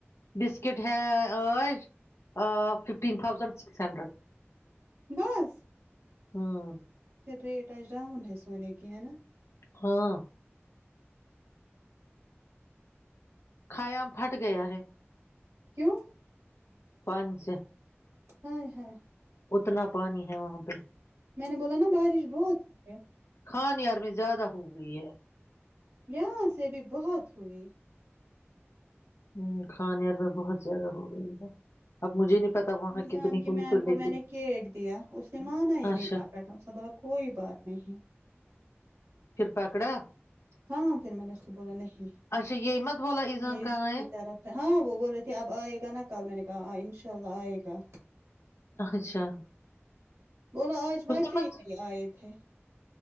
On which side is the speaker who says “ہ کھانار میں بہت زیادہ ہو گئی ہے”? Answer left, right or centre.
Left